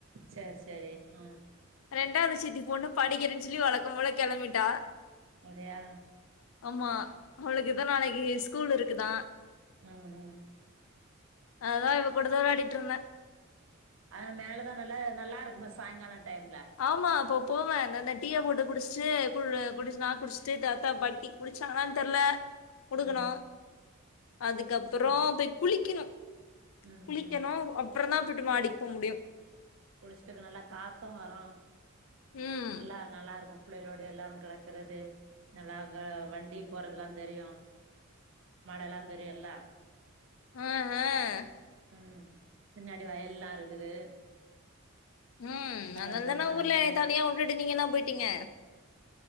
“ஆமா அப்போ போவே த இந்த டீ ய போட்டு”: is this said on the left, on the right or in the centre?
Left